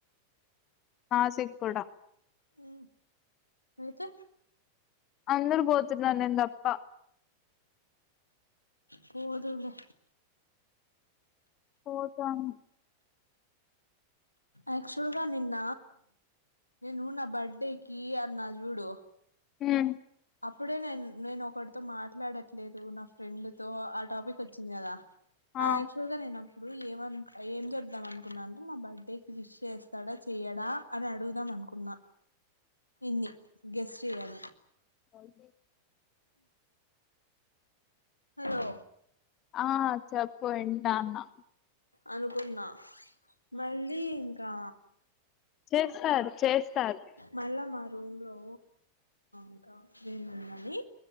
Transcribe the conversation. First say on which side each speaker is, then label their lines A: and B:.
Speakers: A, on the left; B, on the left.
A: నాసిక్ కూడా
B: ఆ అయితే
A: అందర పోతున్నారు నేను తప్ప
B: పోదువులే
A: పోతాను
B: ఆక్చువల్గా నిన్న నేను నా బర్డేకి కీ అన్న జుడుో
A: హ్మ్మ్
B: అప్పుడే నేను నేను ఒకటితో మాట్లాడట్లేదు నా ఫ్రెండ్ తో ఆ టాపిక్ వచ్చింది కదా అది
A: ఆ
B: యాక్చువల్ గా నేను ఇప్పుడు ఏమ ఏం చెప్దాం అనుకున్నా అంటే నా బర్త్డేకి విష్ చేస్తాడా చెయడా అని అడుగుదాం అనుకున్నా నిన్ని గెస్ట్ చేయ్యి
A: అవు
B: హలో
A: ఆ చెప్పు ఎంటాన్నా
B: అనుకున్నా మళ్ళీ ఇంకా
A: చేస్తారు చేస్తారు
B: మళ్ళా మ రూమ్ లో ఇంకా బేన్ ఉండాలి